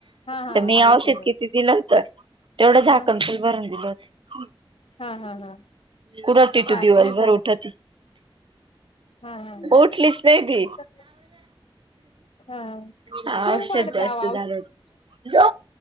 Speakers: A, on the left (about 85°); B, on the right (about 65°).
A: हा हा
B: तर मी
A: अडीच
B: औषध
A: एम एल
B: किती दिलं होतं तेवढं झाकण
A: हा
B: फुल भरून दिलं होतं.
A: हा हा हा.
B: कुडं टीटू
A: त्रास
B: दिवसभर
A: नाही झाला
B: उठत
A: हा हा
B: उठलीच नाय ती
A: हा हा
B: हा
A: सूम
B: औषध
A: पडते
B: जास्त
A: अहो
B: झालं हो